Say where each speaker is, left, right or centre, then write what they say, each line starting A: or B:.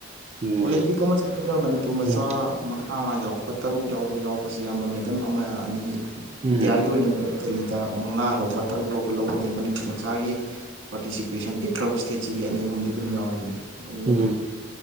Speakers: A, on the right (about 35°); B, on the right (about 75°).
A: ꯎꯝ
B: ꯑꯣꯂꯦꯝꯄꯤꯛ ꯑꯃ ꯆꯠꯄꯗ ꯃꯅꯤꯄꯨꯔ ꯃꯆꯥ
A: ꯎꯝ
B: ꯃꯉꯥ ꯌꯥꯎꯔꯕ ꯇꯔꯨꯛ ꯌꯥꯎꯕ ꯌꯥꯎꯕꯁꯤ ꯌꯥꯝꯕ ꯃꯦꯗꯜ ꯑꯃ ꯑꯅꯤ
A: ꯎꯝ
B: ꯏꯟꯗꯤꯌꯥꯒꯤ ꯑꯣꯏꯅ ꯃꯦꯗꯜ ꯗꯦꯜꯂꯤꯗ ꯃꯉꯥ ꯂꯧꯕ ꯇꯔꯨꯛ ꯂꯧꯕ ꯂꯧꯕꯗꯩ ꯃꯅꯤꯄꯨꯔ ꯃꯆꯥꯒꯤ ꯄꯥꯔꯇꯤꯁꯤꯄꯦꯁꯟ ꯄꯤꯛꯈ꯭ꯔꯕ ꯏꯁꯇꯦꯠꯁꯤꯒꯤ ꯑꯅꯤ ꯑꯍꯨꯝꯗꯤ ꯑꯗꯨꯝ ꯌꯥꯎꯔꯤꯅꯤ ꯑꯗꯨꯅ
A: ꯎꯝ